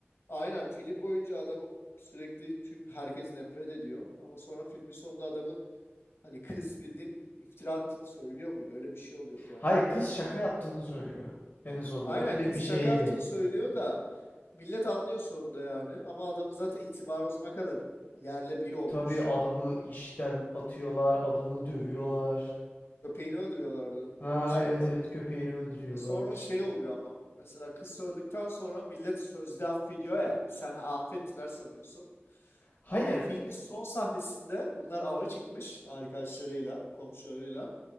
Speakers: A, on the left (about 75°); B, on the left (about 55°).
A: aynen film boyunca adam sürekli tüm herkes nefret ediyor. Ama sonra filmin sonunda adamın hani kız bildiğin iftira attığını söylüyor muydu? Öyle bir şey oluyordu yani.
B: Hayır kız şaka yaptığını söylüyor en sonunda
A: Aynen
B: öyle
A: kız
B: bir şeydi.
A: şaka yaptığını söylüyor da millet anlıyor sonunda yani. Ama adamın zaten itibarı o zamana kadar yerle bir olmuş.
B: Tabii adamı işten atıyorlar adamı dövüyorlar.
A: Köpeğini öldürüyorlardı.
B: Ha
A: Öyle bir şey
B: evet
A: vardı.
B: evet köpeğini öldürüyorlar.
A: E sonra şey oluyor ama mesela kız öldükten sonra millet sözde affediyor ya sen affettiler sanıyorsun.
B: Hayır.
A: Ama filmin son sahnesinde bunlar ava çıkmış arkadaşlarıyla, komşularıyla.